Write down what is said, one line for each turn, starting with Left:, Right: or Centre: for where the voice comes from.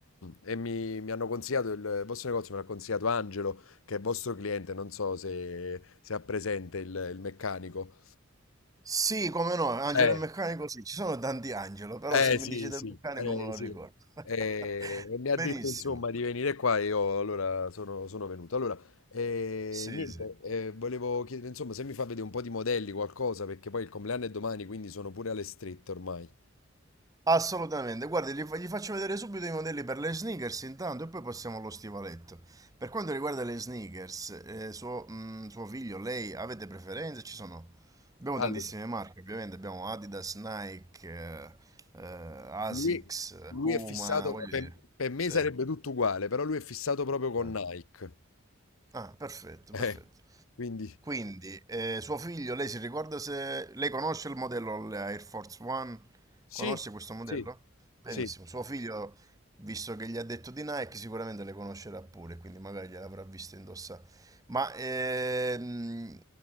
Left: E mi, mi hanno consigliato il vostro negozio, me l'ha consigliato Angelo, che è vostro cliente, non so se, se ha presente il, il meccanico.
Right: Sì, come no, Angelo
Left: Eh,
Right: il meccanico, sì, ci sono tanti Angelo, però
Left: eh,
Right: se mi
Left: sì,
Right: dice del
Left: sì,
Right: meccanico
Left: eh,
Right: me lo
Left: sì.
Right: ricordo. <laughs>
Left: Eh, E, mi
Right: Benissimo,
Left: ha detto insomma di venire qua e io allora sono, sono venuto. Allora, eh,
Right: sì,
Left: niente,
Right: sì.
Left: eh, volevo chiedere insomma se mi fa vedere un po' di modelli, qualcosa, perché poi il compleanno è domani, quindi sono pure alle strette ormai.
Right: Assolutamente, guardi, gli, fa- gli faccio vedere subito i modelli per le sneakers intanto e poi passiamo allo stivaletto. Per quanto riguarda le sneakers, eh, suo, mm, suo figlio, lei, avete preferenze? Ci sono... Abbiamo
Left: Allora,
Right: tantissime marche, ovviamente, abbiamo Adidas, Nike, eh, eh, Asics,
Left: lui, lui
Right: Puma,
Left: è fissato,
Right: voglio
Left: per,
Right: dire.
Left: per me
Right: Sì.
Left: sarebbe tutto uguale, però lui è fissato proprio con
Right: Eh.
Left: Nike.
Right: Ah, perfetto,
Left: Eh,
Right: perfetto.
Left: quindi
Right: Quindi, eh, suo figlio, lei si ricorda se lei conosce il modello la Air Force One?
Left: sì,
Right: Conosce questo modello?
Left: sì,
Right: Benissimo.
Left: sì.
Right: Suo figlio, visto che gli ha detto di Nike, sicuramente le conoscerà pure, quindi magari gliel'avrà vista indossare. Ma ehm,